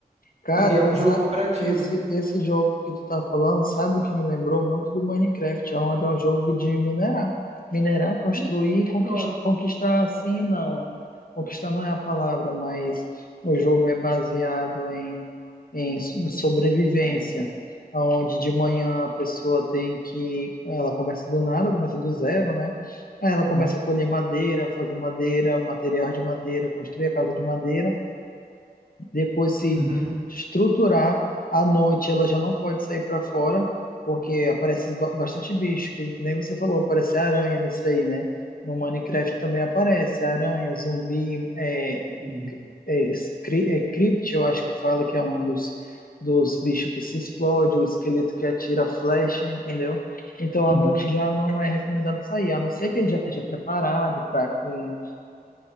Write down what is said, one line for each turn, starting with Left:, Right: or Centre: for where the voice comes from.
Left: Cara,
Right: E é um
Left: essa,
Right: jogo cooperativo.
Left: esse, esse jogo que tu tá falando, sabe o que me lembrou muito do Minecraft, onde é um jogo de minerar. Minerar, construir
Right: Sim,
Left: e conquistar,
Right: pronto.
Left: conquistar sim não. Conquistar não é a palavra, mas o jogo é baseado em, em sobrevivência, onde de manhã a pessoa tem que. Ela começa do nada, começa do zero, né? Aí ela
Right: Uhum.
Left: começa a colher madeira, fazer madeira, material de madeira, construir a casa de madeira depois se
Right: Uhum.
Left: estruturar. À noite ela já não pode sair para fora, porque aparece ba- bastante bicho, que, que nem você falou, aparece aranha nesse aí, né? No Minecraft também aparece aranha, zumbi, é,
Right: Uhum,
Left: é, scri- é, crypt, eu acho que fala que é um dos, dos bichos que se explode, o esqueleto que atira flecha, entendeu? Então
Right: uhum.
Left: à noite já não é recomendado sair, a não ser que ele já esteja preparado para com